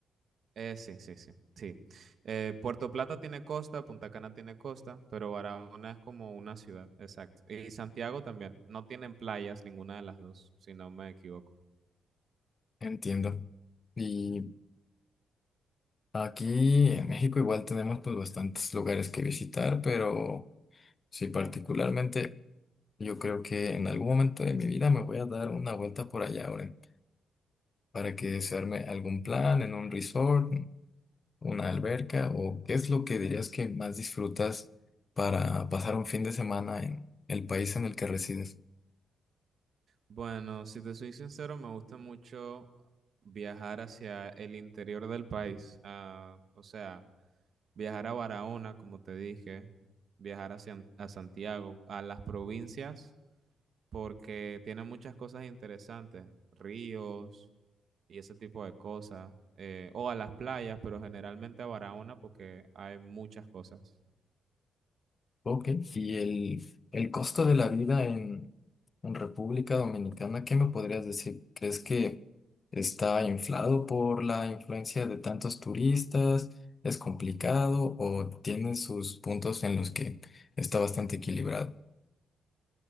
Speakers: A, on the right (about 60°); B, on the left (about 40°).
A: Eh, sí, sí, sí, sí. Eh, Puerto Plata tiene costa, Punta Cana tiene costa, pero Barahona es como una ciudad, exacto. Y Santiago también. No tienen playas ninguna de las dos, si no me equivoco.
B: Entiendo. Y
A: Ujú.
B: aquí en México igual tenemos pues bastantes lugares que visitar, pero sí particularmente yo creo que en algún momento de mi vida me voy a dar una vuelta por allá, Oren, para que se arme algún plan en un resort, una alberca o qué es lo que dirías que más disfrutas para pasar un fin de semana en el país en el que resides.
A: Bueno, si te soy sincero, me gusta mucho viajar hacia el interior del país. ah, o sea, viajar a Barahona, como te dije, viajar hacia, a Santiago, a las provincias. porque tiene muchas cosas interesantes, ríos y ese tipo de cosas, eh, o a las playas, pero generalmente a Barahona porque hay muchas cosas.
B: Ok, y el, el costo de la vida en, en República Dominicana, ¿qué me podrías decir? ¿Crees que está inflado por la influencia de tantos turistas? ¿Es complicado o tiene sus puntos en los que está bastante equilibrado?